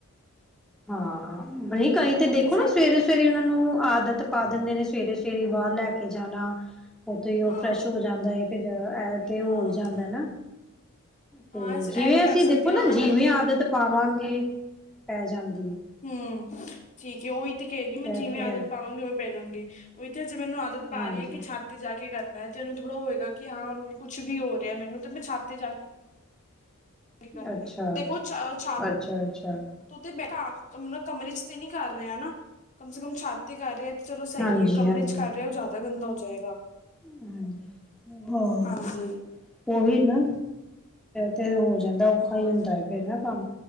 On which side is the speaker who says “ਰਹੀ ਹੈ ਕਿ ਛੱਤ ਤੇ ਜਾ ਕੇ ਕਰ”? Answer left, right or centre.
Left